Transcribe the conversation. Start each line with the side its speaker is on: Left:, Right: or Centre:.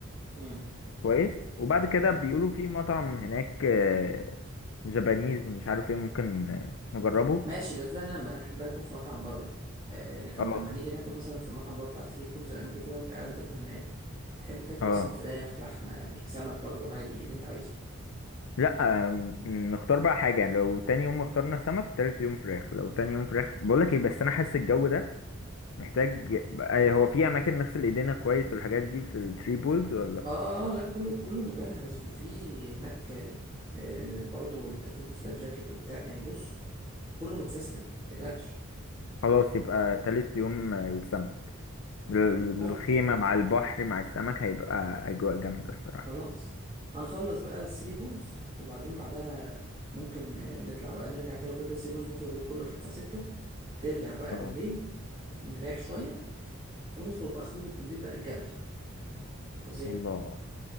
Right: مم.
Left: كويس وبعد كده
Right: طيب
Left: بيقولوا في مطعم هناك آه، جابانيز ومش عارف ايه ممكن آه، نجربه
Right: ماشي ده ده لما انا احب ناكل في مطعم بره آه لكن
Left: اه
Right: لما هنيجي ناكل مثلا في المطعم اللي هو بتاع ثري بولز لان كده كده وانت قاعد تاكل هناك تحب تاكل
Left: اه
Right: مثلا فراخ لحمه سمك برضو عادي اللي انت عايزه
Left: لا آم، نختار بقى حاجة يعني، لو تاني يوم اخترنا سمك تالت يوم فراخ لو تاني يوم فراخ بقولك ايه بس انا حاسس الجو ده محتاج آه، هو في اماكن نغسل ايدينا كويس والحاجات دي في التري بولز ولا
Right: اه اه آه، لا كله كله مجهز وفي هناك آه آه، برضو انت تلبس لايف جاكيت وبتاع يعني بص كله متسيستم متقلقش
Left: خلاص يبقى تالت يوم آه، السمك الخيمة
Right: طيب
Left: مع البحر مع السمك هيبقى اجواء جامدة الصراحة
Right: خلاص هنخلص بقى الثري بولز وبعدين بعدها ممكن آه، نطلع بقى نرجع تاني وكده كده الثري بولز بياخد اليوم كله لحد الساعه 6 ترجع بقى
Left: اه
Right: بالليل نريح شويه ونخرج بقى خروجة بالليل بقى الجبل فظيع
Left: الله